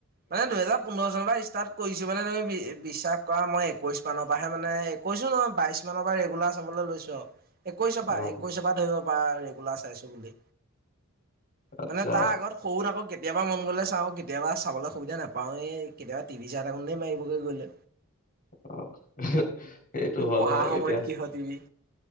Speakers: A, on the right; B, on the left.
A: মানে দুহেজাৰ পোন্ধৰ চনৰ পৰা ষ্টাৰ্ট কৰিছো মানে তুমি বিশ্বাস কৰা মই একৈশ' মানৰ পৰাহে মানে কৈছো নহয় বাইশ মানৰ পৰা ৰেগুলাৰ চাবলৈ লৈছো আৰু একৈশৰ পৰা
B: আহ
A: একৈশৰ পৰা ধৰিব পাৰা ৰেগুলাৰ চাইছো বুলি।
B: আচ্ছা
A: মানে তাৰ আগত সৰুত আকৌ কেতিয়াবা মন গ'লে চাওঁ কেতিয়াবা চাবলৈ সুবিধা নাপাওঁৱে কেতিয়াবা টিভি চাই থাকোতেই মাৰিবগৈ গ'লে,,
B: আহ, সেইটো হয়
A: পঢ়া
B: বাৰু
A: সময়ত
B: এতিয়া
A: কিহৰ টিভি